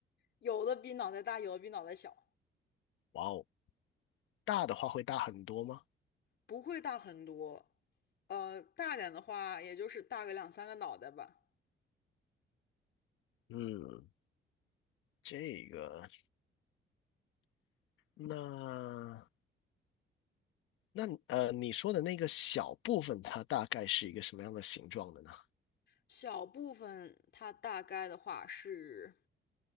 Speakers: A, on the left; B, on the left.
A: 有的比脑袋大，有的比脑袋小，
B: 哇哦，大的话会大很多吗？
A: 不会大很多。呃，大点的话，也就是大个两三个脑袋吧。
B: 嗯，这个，那那呃，你说的那个小部分，它大概是一个什么样的形状的呢？
A: 小部分它大概的话是